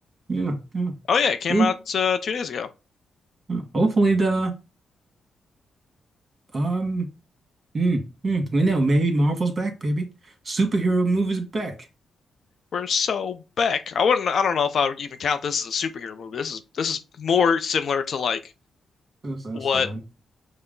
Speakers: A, on the right; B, on the left.
A: Yeah, yeah.
B: Oh yeah, it came
A: Good.
B: out uh, two days ago.
A: Yeah. Hopefully the, um, mm, mm, we know, maybe Marvel's back, baby. Superhero movies back.
B: We're so back. I wouldn't. I don't know if I would even count this as a superhero movie. This is this is more similar to like
A: So so
B: what
A: that's fine.